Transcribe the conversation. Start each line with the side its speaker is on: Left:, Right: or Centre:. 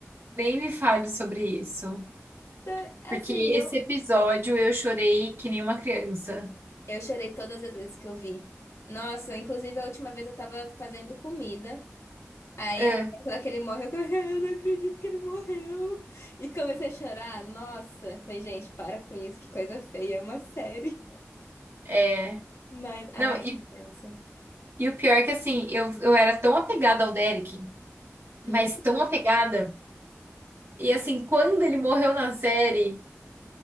Right: Nem me fale sobre isso.
Left: Então, assim,
Right: Porque
Left: eu,
Right: esse episódio eu chorei que nem uma criança.
Left: eu chorei todas as vezes que eu vi. Nossa, inclusive a última vez eu tava fazendo comida. Aí,
Right: Hã?
Left: a parte lá que ele morre, eu comecei, <laughs> eu não acredito que ele morreu. E comecei a chorar. Nossa, falei, gente, para com isso, que coisa feia, é uma série.
Right: é.
Left: Mas, ai,
Right: Não, e,
Left: penso.
Right: e o pior é que assim, eu, eu era tão apegada ao Derek,
Left: Hum,
Right: mas tão apegada. E assim, quando ele morreu na série,